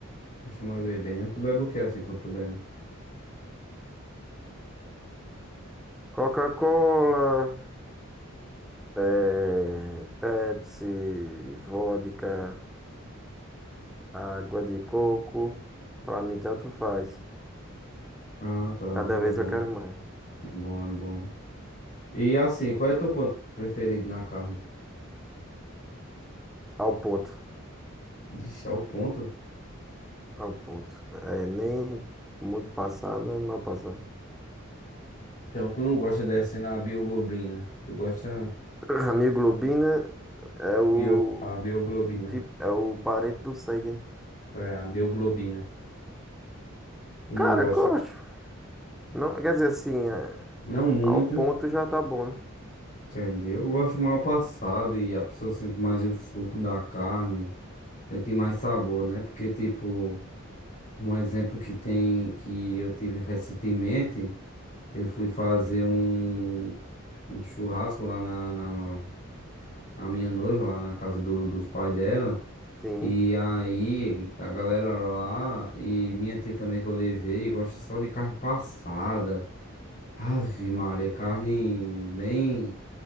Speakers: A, on the left (about 40°); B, in the centre.
A: Costuma beber, né? Tu bebe o que assim quando tu bebe?
B: Coca-Cola, eh, Pepsi, vodka, água de coco. Pra mim, tanto faz.
A: Ah, tá.
B: Cada
A: É
B: vez
A: bom.
B: eu quero mais.
A: É bom, é bom. E assim, qual é teu ponto preferido na carne?
B: Ao ponto,
A: Vixe, é o ponto.
B: ao ponto. É nem muito passada, nem mal passada.
A: Então tu não gosta descendo a bioglobina. Tu gosta
B: <clears throat> A mioglobina é o,
A: bio, a bioglobina.
B: o tipo, é o parente do sangue. né?
A: É, a bioglobina. Tu não
B: Cara,
A: gosta.
B: gosto. Não, quer dizer assim, é,
A: Não muito,
B: ao ponto já tá bom, né?
A: entendeu? Eu gosto mal passado e a pessoa sente mais o suco da carne, sente mais sabor, né? Porque, tipo, um exemplo que tem, que eu tive recentemente, eu fui fazer um, um churrasco lá na, na, na minha noiva, lá na casa do, dos pais dela.
B: Sim.
A: E aí, a galera lá, e minha tia também que eu levei, gosta só de carne passada. Ave Maria, carne bem.